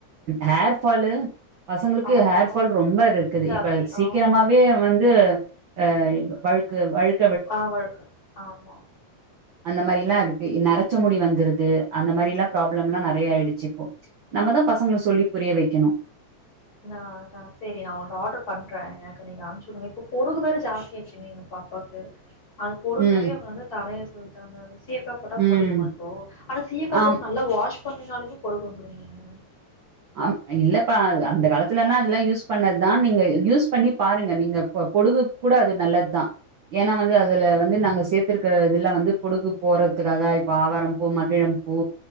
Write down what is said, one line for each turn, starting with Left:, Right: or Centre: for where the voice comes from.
Right: ஹேர்பாலு பசங்களுக்கு
Left: ஆமா.
Right: ஹேர்பால் ரொம்ப இருக்குது
Left: ஜாஸ்தி.
Right: இப்ப சீக்கிரமாவே
Left: ஆமா.
Right: வந்து அ வழுக்க வழுக்
Left: பவழுக்கு ஆமா
Right: அந்த மாரி எல்லா இருக்கு நரச்ச முடி வந்துருது அந்த மாரி எல்லா ப்ராப்ளம் எல்லா நெறைய ஆயிடுச்சு இப்போ நம்ம தா பசங்களு சொல்லி புரிய வெக்கணு
Left: அந்தா அதா செரி நான் ஒன்னு ஆர்டர் பண்றே எனக்கு நீங்க அனுச்சு விடுங்க இப்ப பொடுகு வேற ஜாஸ்தியடுச்சுங்க நிங்க பா ப்பாக்கு அது பொடுகுனாலே
Right: ம்
Left: அவங்க வந்து தலைய சொருஞ்சாங்க சீயக்கா போட்டா
Right: ம்
Left: போயிருமா இப்போ அட சீயக்கா
Right: ஆம்
Left: போட்டு நல்லா வாஷ் பண்ணினாலுமே பொடுகு வந்துருந்தன்ன
Right: அம் இல்லப்பா அந்த காலத்துல எல்லா அதெல்லா யூஸ் பண்ணதுதா நீங்க யூஸ் பண்ணிப் பாருங்க நீங்க பொடுகுக் கூட அது நல்லது தா ஏன்னா வந்து அதுல வந்து நாங்க சேத்திருக்கற இதுலா வந்து பொடுக்கு போறதுக்காக இப்ப ஆவாரம்ம்பூ மகிழம் பூ